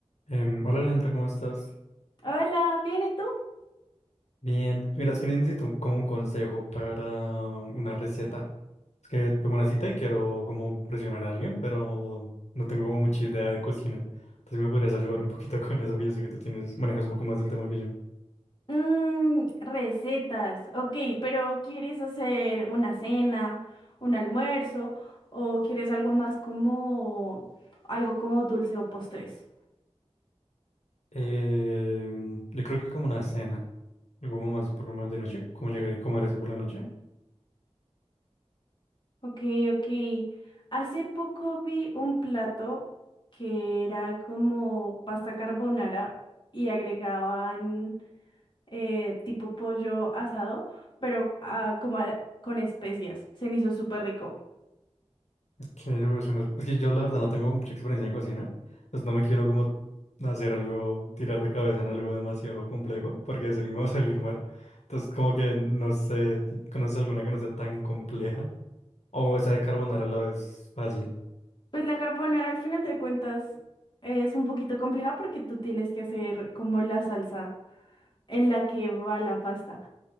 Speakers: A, on the left (about 85°); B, on the left (about 45°).
A: Em, hola Alejandra, ¿cómo estás?
B: Hola, ¿bien y tú?
A: Bien. Mira, es que necesito un- como un consejo para una receta. Es que tengo una cita y quiero como impresionar a alguien, pero no tengo como mucha idea de cocina. Entonces me podrías ayudar un poquito con eso, que yo sé que tú tienes, manejas un poco más del tema que yo.
B: Mm, recetas, ok, pero ¿quieres hacer una cena, un almuerzo o quieres algo más como algo como dulce o postres?
A: Em, yo creo que como una cena, algo como más, poco más de noche, como llegar y comer así por la noche.
B: Ok, ok. Hace poco vi un plato que era como pasta carbonara y agregaban eh, tipo pollo asado, pero ah, como a- con especias. Se me hizo súper rico.
A: Sí, por eso no es... que yo la verdad no tengo mucha experiencia en cocina, pues no me quiero como hacer algo, tirar de cabeza en algo demasiado complejo, porque sé que me va a salir mal. Entonces como que no sé, si ¿conoces alguna que no sea tan compleja? O esa de carbonara a la vez fácil.
B: Pues la carbonara al final de cuentas es un poquito compleja porque tú tienes que hacer como la salsa en la que va la pasta.